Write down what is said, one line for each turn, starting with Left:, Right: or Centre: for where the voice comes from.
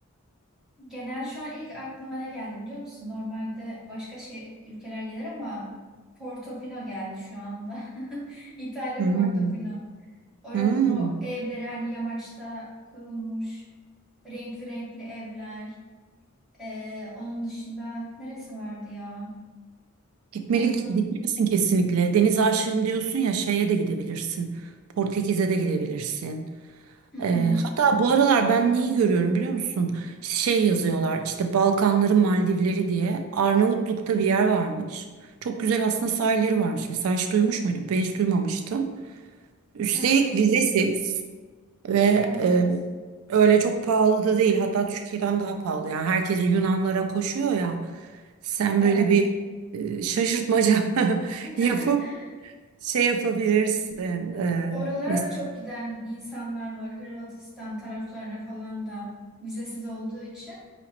Centre: Genel şu an ilk aklıma ne geldi biliyor musun? Normalde başka şey ülkeler gelir ama Portofino geldi şu anda. <laughs> İtalya
Right: Hmm.
Centre: Portofino. Oranın
Right: Hmm.
Centre: o evleri hani yamaçta kurulmuş renkli renkli evler. Ee, onun dışında neresi vardı ya?
Right: Gitmeli,
Centre: Adını
Right: gitmelisin
Centre: unut-
Right: kesinlikle. Deniz aşığım diyorsun ya şeye de gidebilirsin. Portekiz'e de gidebilirsin.
Centre: Hı hı.
Right: Ee, hatta bu aralar ben neyi görüyorum biliyor musun? Şey yazıyorlar işte Balkanların Maldivleri diye. Arnavutluk'ta bir yer varmış. Çok güzel aslında sahilleri varmış. Mesela hiç duymuş muydun? Ben hiç duymamıştım. Üstelik
Centre: Hı hı.
Right: vizesiz ve
Centre: Evet.
Right: e, öyle çok pahalı da değil. Hatta Türkiye'den daha pahalı. Yani herkes Yunanlara koşuyor ya. Sen
Centre: Evet.
Right: böyle bir e, şaşırtmaca <laughs>
Centre: <laughs>
Right: yapıp şey yapabilirsin. E,
Centre: Oralara
Right: mesela.
Centre: da çok giden insanlar var. Hırvatistan taraflarına falan da vizesiz olduğu için.